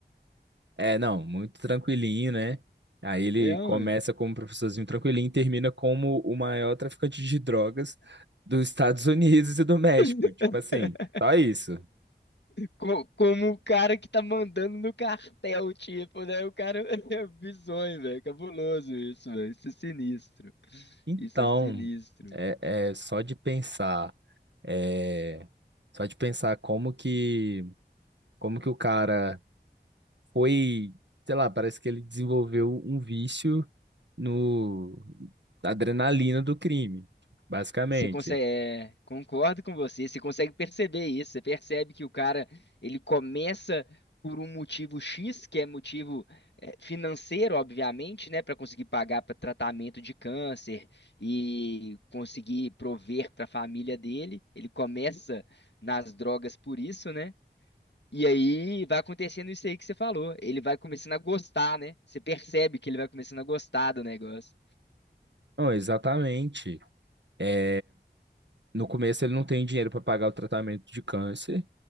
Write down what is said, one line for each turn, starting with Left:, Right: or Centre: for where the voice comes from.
Right: é, não, muito tranquilinho, né? Aí ele
Left: É, mano.
Right: começa como professorzinho tranquilinho e termina como o maior traficante de drogas dos Estados Unidos e do México.
Left: <laughs>
Right: Tipo assim, só isso.
Left: Co- Como o cara que tá mandando no cartel, tipo, né? O cara <laughs> é bizonho, velho. Cabuloso isso, velho. Isso é sinistro.
Right: Então,
Left: Isso é sinistro.
Right: é,
Left: velho.
Right: é só de pensar, é, só de pensar como que, como que o cara foi, sei lá, parece que ele desenvolveu um vício no na adrenalina do crime, basicamente.
Left: Você consegue, é, concordo com você. Você consegue perceber isso. Você percebe que o cara, ele começa por um motivo X, que é motivo é, financeiro, obviamente, né, Para conseguir pagar para tratamento de câncer e conseguir prover para a família dele. Ele começa nas drogas por isso, né? E aí vai acontecendo isso aí que você falou. Ele vai começando a gostar, né? Você percebe que ele vai começando a gostar do negócio.
Right: Não, exatamente. É, No começo ele não tem dinheiro para pagar o tratamento de câncer.